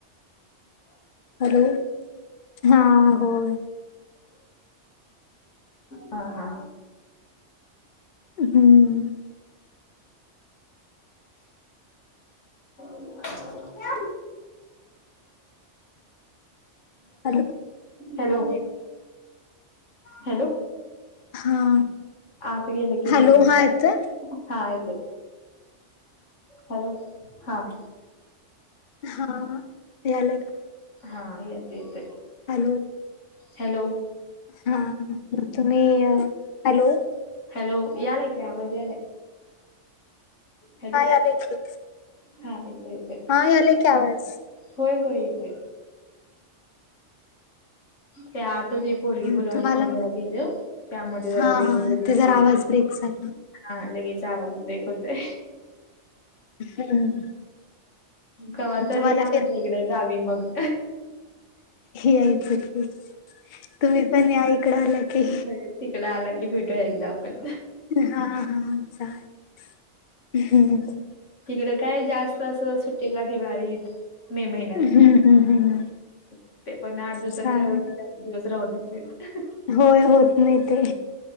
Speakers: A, on the left (about 50°); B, on the left (about 80°).
A: हॅलो! हा होय.
B: हा हा.
A: हम्म. <inaudible>
B: <unintelligible> अ
A: हॅलो
B: हॅलो! हॅलो!
A: हा
B: आत गेल की
A: हॅलो
B: रेंज
A: हा
B: जाते
A: येतोय
B: हा येतोय. हॅलो! हां.
A: हा यायल ना.
B: हा येतोय येतोय.
A: हॅलो.
B: हॅलो.
A: हा तुम्ही हॅलो.
B: हॅलो यालाकी आवाज यालाय. हॅलो
A: हा यालय की
B: हा येतोय येतोय
A: हा यालयकी की आवाज.
B: होय होय येतोय त्या आता दीप पोरगी
A: हा
B: बोलवाली
A: तुम्हाला
B: म्हणून जरा गेलो त्यामध्ये जरा
A: हा
B: रेंज
A: हा
B: लगेच
A: ते जरा
B: गेली
A: आवाज
B: बघ.
A: ब्रेक झाला
B: हा लगेच आवाज ब्रेक होतोय.
A: हम्म
B: कवा तरी
A: तुम्हाला
B: या आमच्या इकडे गावी मग.
A: यायच की तुम्ही पण या इकड आला की?
B: ह तिकड आला की भेटूया एकदा आपण.
A: हा हा चालतय <unintelligible>
B: तिकड काय जास्त असं सुट्टीला दिवाळीत मे महिन्यात
A: हम्म हम्म हम्म
B: ते पण आठ दिवसाच्या
A: चालेल
B: वरती जा दिवस राहु देत नाह.
A: होय होत नाही ते.